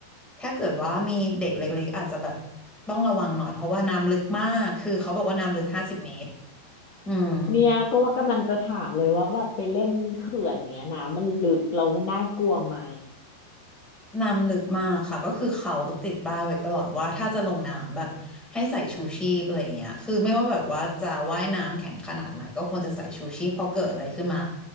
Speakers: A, in the centre; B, on the left.
A: ถ้าเกิดว่ามีเด็กเล็กๆอาจจะแบบต้องระวังหน่อยเพราะว่าน้ำลึกมากคือเขาบอกว่าน้ำลึกห้าสิบเมตรอืม
B: เนี่ยก็ว่ากำลังจะถามเลยว่าแบบไปเล่นเขื่อนเงี้ยน้ำมันลึกแล้วน่ากลัวไหม
A: น้ำลึกมากค่ะก็คือเขาติดป้ายไว้ตลอดว่าถ้าจะลงน้ำแบบให้ใส่ชูชีพอะไรอย่างเงี้ยคือไม่ว่าแบบว่าจะว่ายน้ำแข็งขนาดไหนก็ควรจะใส่ชูชีพพอเกิดอะไรขึ้นมา